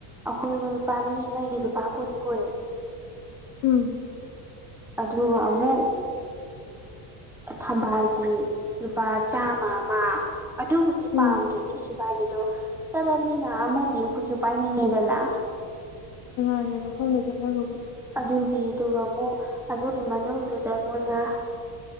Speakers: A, in the centre; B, on the left (about 55°).
A: ꯑꯩꯈꯣꯏꯗ ꯂꯨꯄꯥ ꯃꯤ ꯑꯃꯒꯤ ꯂꯨꯄꯥ ꯀꯨꯟ ꯀꯨꯟ
B: ꯎꯝ
A: ꯑꯗꯨ ꯑꯃꯦ ꯊꯝꯕꯥꯜꯒꯤ ꯂꯨꯄꯥ ꯆꯥꯃ ꯑꯃ ꯑꯗꯨꯕꯨꯗꯤ
B: ꯎꯝ
A: ꯄꯥꯝꯗ꯭ꯔꯗꯤ ꯀꯩꯁꯨ ꯗꯣ ꯆ ꯆꯠꯂꯕꯅꯤꯅ ꯑꯃꯗꯤ ꯑꯩꯈꯠꯁꯨ ꯄꯥꯏꯅꯤꯡꯉꯤꯗꯅ
B: ꯅꯦ ꯃꯐꯝꯗ ꯆꯠꯂꯔꯕꯕꯨ
A: ꯑꯗꯨꯒꯤ ꯑꯗꯨꯒ ꯑꯃꯨꯛ ꯑꯗꯨꯒꯤ ꯃꯅꯨꯡꯗꯨꯗ ꯃꯣꯏꯅ